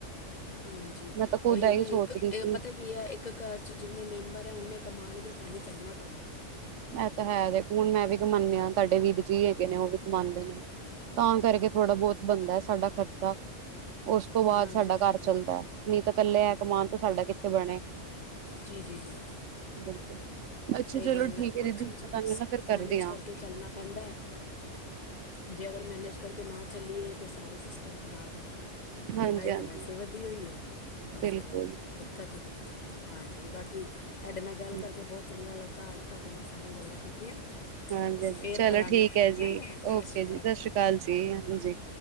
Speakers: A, on the left; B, on the right.
A: ਹਾਂਜੀ
B: ਮੈਂ ਤਾਂ ਖੁਦ
A: ਉਹੀ
B: ਇਹੀ
A: ਹੈ ਨਾ
B: ਸੋਚ
A: ਇੱਕ
B: ਰਹੀ ਸੀ
A: ਇਹ ਪਤਾ ਕੀ ਹੈ ਇੱਕ ਘਰ 'ਚ ਜਿੰਨੇ ਮੈਂਬਰ ਹੈ ਉਨੇ ਕਮਾਣਗੇ ਤਾਂਹੀ ਚੱਲਣਾ ਘਰ।
B: ਮੈਂ ਤਾਂ ਹੈ ਦੇਖ ਹੁਣ ਮੈਂ ਵੀ ਕਮਾਨੀ ਆ, ਤੁਹਾਡੇ ਵੀਰ ਜੀ ਹੈਗੇ ਨੇ ਉਹ ਵੀ ਕਮਾਦੇ ਨੇ। ਤਾਂ ਕਰਕੇ ਥੋੜ੍ਹਾ ਬਹੁਤ ਬਣਦਾ ਐ ਸਾਡਾ ਖ਼ਰਚਾ। ਉਸ ਤੋਂ ਬਾਅਦ
A: ਹਾਂਜੀ
B: ਸਾਡਾ
A: ਹਾਂਜੀ
B: ਘਰ ਚੱਲਦਾ, ਨਹੀਂ ਤਾਂ ਇਕੱਲੇ ਐ ਕਮਾਣ ਤੇ ਸਾਡਾ ਕਿੱਥੇ ਬਣੇ।
A: ਜੀ ਜੀ ਜੀ।
B: ਬਿਲਕੁਲ, ਅੱਛਾ
A: ਸਹੀ
B: ਚਲੋ
A: ਗੱਲ
B: ਠੀਕ
A: ਆ ਉਹੀ
B: ਹੈ ਦੀਦੀ
A: ਚੀਜ਼
B: ਮੈਂ ਤੁਹਾਨੂੰ
A: ਬਸ
B: ਨਾ ਫਿਰ ਕਰਦੀ
A: ਮੈਨੇਜ
B: ਹਾਂ
A: ਕਰਕੇ ਚੱਲਣਾ ਪੈਂਦਾ ਐ। ਜੇ ਅਗਰ ਮੈਨੇਜ ਕਰਕੇ ਨਾ ਚੱਲੀਏ ਤੇ ਸਾਰੇ ਸਿਸਟਮ ਖ਼ਰਾਬ ਐ।
B: ਹਾਂਜੀ
A: ਮਹਿੰਗਾਈ
B: ਹਾਂਜੀ
A: ਤੇ ਵੈਸੇ ਵਧੀ ਹੋਈ ਐ। ਔਰ
B: ਬਿਲਕੁਲ
A: ਫਿਰ ਦਿੱਕਤ, ਹਾਂਜੀ ਬਾਕੀ ਤੁਹਾਡੇ ਨਾਲ ਗੱਲ
B: ਹਾਂਜੀ
A: ਕਰਕੇ ਬਹੁਤ ਚੰਗਾ ਲੱਗਾ, ਅੱਜ ਤੁਹਾਡੇ ਨਾਲ ਸਾਰੀ ਗੱਲਾਂ ਕੀਤੀਆਂ।
B: ਹਾਂਜੀ
A: ਅਸੀਂ
B: ਹਾਂਜੀ
A: ਫੇਰ
B: ਚਲੋ
A: ਕਰਾਂਗੇ
B: ਠੀਕ
A: ਫੋਨ
B: ਐ ਜੀ,
A: ਹਾਂ
B: ਓਕੇ
A: ਸ਼੍ਰੀ
B: ਜੀ ਸਤਿ ਸ੍ਰੀ ਅਕਾਲ ਜੀ ਹਾਂਜੀ।